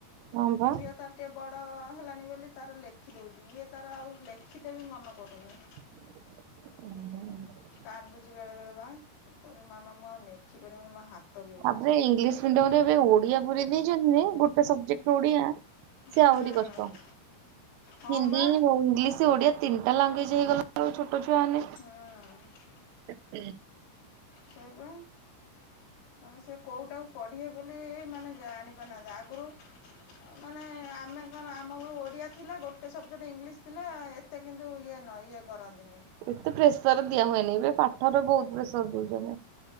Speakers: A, on the right; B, on the left.
A: ହଁ ବା
B: ଝିଅ ତ ଏତେ ବଡ଼ ହେଲାଣି ବୋଲି ତାର ଲେଖିଦଉଛି ଇଏ ତାର ଆଉ ଲେଖିତେ ବି ମନ କରୁନି।
A: ହୁ।
B: କାନ୍ଦୁଛି ବେଳେ ବଳେ ବା କ ମାମା ମୁଁ ଆଉ ଲେଖି ପାରିବିନି ମୋ ହାତ ବିନ୍ଧୁଛି।
A: ତାପରେ ଇଂଲିଶ ମିଡିୟମ ରେ ଏବେ ଓଡିଆ ପୁରେ ଦେଇଛନ୍ତି ଯେ ଗୋଟେ ସବଜେକ୍ଟ ଓଡିଆ ସେ
B: ହୁଁ
A: ଆହୁରି କଷ୍ଟ
B: ହଁ
A: ହିନ୍ଦୀ,
B: ବା
A: ଇଂଲିଶ, ଓଡିଆ ତିନିଟା ଲାଗୁଏଜ ହେଇଗଲା ଛୋଟ ଛୁଆ ହେମାନେ
B: ହୁ
A: ହ <unintelligible>
B: ସେ ଇ ପା ମାନେ ସେ କୋଉଟାକୁ ପଢିବେ ବୋଲି ମାନେ ଜାଣି ପାରୁନାହାନ୍ତି ଆଗରୁ ଅ ମାନେ ଆମେ କଣ ଆମ ଗୁ ଓଡ଼ିଆ ଥିଲା ଗୋଟେ ସବଜେକ୍ଟ ଇଂଲିଶ ଥିଲା ଏ ମତେ କିନ୍ତୁ ଇଏ ନାହିଁ ଇଏ କରନ୍ତିନି।
A: ଏତେ ପ୍ରେସର ଦିଆ ହୁଏନି ଏବେ ପାଠର ବହୁତ ପ୍ରେସର ଦଉଛନ୍ତି।